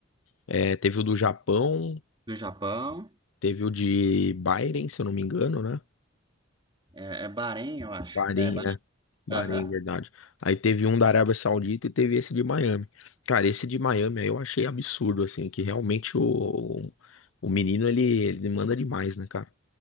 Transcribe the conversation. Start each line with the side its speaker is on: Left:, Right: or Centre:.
Left: é, teve o do Japão,
Right: Do Japão,
Left: Teve o de Bahrein, se eu não me engano, né?
Right: é, é Bahrein, eu acho.
Left: Bahrein,
Right: É Bahrein.
Left: né? Bahrein,
Right: Aham.
Left: verdade. Aí teve um da Arábia Saudita e teve esse de Miami. Cara, esse de Miami aí eu achei absurdo, assim, que realmente o, o menino ele, ele manda demais, né, cara?